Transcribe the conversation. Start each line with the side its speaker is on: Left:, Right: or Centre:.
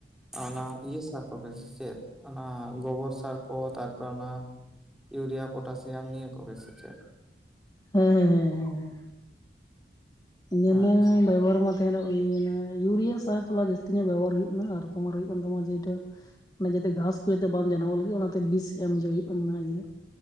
Centre: ᱚᱱᱟ ᱤᱭᱟᱹ ᱥᱟᱨ ᱠᱚᱜᱮ ᱥᱮ ᱪᱮᱫ ᱚᱱᱟ ᱜᱚᱵᱚᱨ ᱥᱟᱨ ᱠᱚ ᱛᱟᱨᱯᱚᱨ ᱚᱱᱟ ᱤᱭᱩᱨᱤᱭᱟ, ᱯᱚᱴᱟᱥᱤᱭᱟᱢ ᱱᱤᱭᱟᱹ ᱠᱚᱜᱮ ᱥᱮ ᱪᱮᱫ?
Left: ᱦᱮᱸ, ᱦᱮᱸ, ᱦᱮᱸ, ᱦᱮᱸ, ᱦᱮᱸ ᱾ ᱤᱧᱟᱜ
Centre: ᱟᱪᱪᱷᱟ
Left: ᱢᱟ ᱵᱮᱵᱚᱦᱟᱨ ᱢᱟᱛ ᱚᱱᱟ ᱤᱭᱟᱹ ᱚᱱᱟ ᱤᱭᱩᱨᱤᱭᱟ ᱥᱟᱨ ᱛᱷᱚᱲᱟ ᱡᱟᱹᱥᱛᱤ ᱧᱚᱜ ᱵᱮᱵᱚᱦᱟᱨ ᱦᱩᱭᱩᱜ ᱠᱟᱱᱟ ᱟᱨ ᱠᱚᱢᱟᱨ ᱦᱩᱭᱩᱜ ᱠᱟᱱ ᱛᱟᱢᱟ ᱡᱮᱴᱟ ᱚᱱᱟ ᱡᱟᱛᱮ ᱜᱷᱟᱥ ᱠᱚ ᱡᱟᱛᱮ ᱵᱟᱝ ᱡᱟᱱᱟᱢ ᱚᱜ ᱞᱟᱹᱜᱤᱫ ᱚᱱᱟᱛᱮ ᱵᱤᱥ ᱮᱢ ᱜᱮ ᱦᱩᱭᱩᱜ ᱚᱱᱟ ᱤᱭᱟ